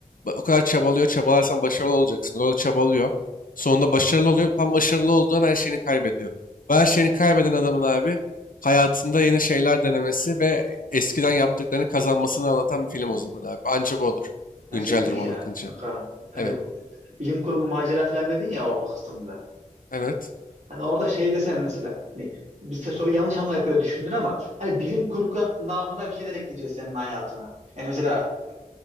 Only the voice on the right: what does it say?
<laughs> Hani
şey dedin
ya
kanka, hani
bilim kurgu macera falan dedin ya o, o kısımda.
Hani orada şey desen mesela hani bize soru yanlış anlayıp öyle düşündür ama hani bilim kurgu namına bir şeyler ekleyeceğiz senin hayatına. Yani mesela